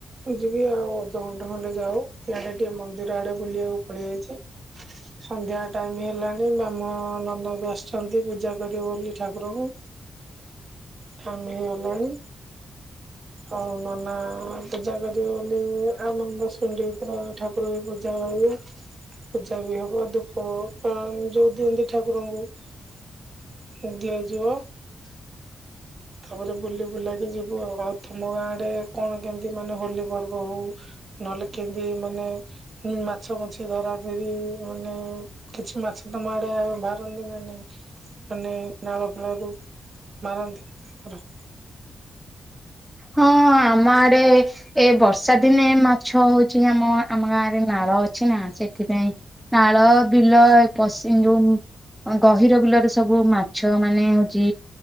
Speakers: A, on the right; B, in the centre.
A: ଯିବି ଆଉ ଅଧଘଣ୍ଟେ ଖଣ୍ଡେ ଯାଉ ଇଆଡେ ଟିକେ ମନ୍ଦିର ଆଡେ ବୁଲିଆକୁ ପଳେଇଆଇଚି। ସନ୍ଧ୍ୟା ଟାଇମି ହେଲାଣି ବାହ୍କୁଣ ନନା ବି ଆସିଛନ୍ତି ପୂଜା କରିବେ ବୋଲି ଠାକୁରଙ୍କୁ। ଟାଇମ୍ ହେଇ ଗଲାଣି। ଅଉ ନନା ପୂଜା କରିଏ ବୋଲି ଆମ ଦଶ୍ ମିଣ୍ଟି ଭିତରେ ଠା କୁର ବି ପୂଜା ହବାକୁ, ପୂଜା ବି ହବ ଦୁ ପ ଯୋଉ ଦିଅନ୍ତି ଠାକୁରଙ୍କୁ ଦିଆଯିବ। ତାପରେ ବୁଲି ବୁଲାକି ଯିବୁ ଆଉ ଆଉ ଥମ ଗାଁଡେ କଣ କେମତି ମାନେ ହୋଲି ପର୍ବ ହଉ ନହେଲେ କିଂଦି ମାନେ ମାଛ ବଞ୍ଚି କି ଧରା ଧରି ମାନେ କିଛି ମାଛ ତମ ଆଡେ ବାହାରନ୍ତି ନା ନାଇଁ? ମାନେ ନାଳ ଫାଳରୁ ମାରନ୍ତି ର।
B: ହଁ ଆମ ଆଡେ ଏ ବର୍ଷା ଦିନେ ମାଛ ହଉଛି ଆମ ଆମ ଗାଁ ରେ ନାଳ ଅଛି ନା ସେ ସେଥିପାଇଁ ନାଳ ବିଲ ଏ ପଶି ଯୋଉ ଗହିର ବିଲରେ ସବୁ ମାଛ ମାନେ ହଉଚି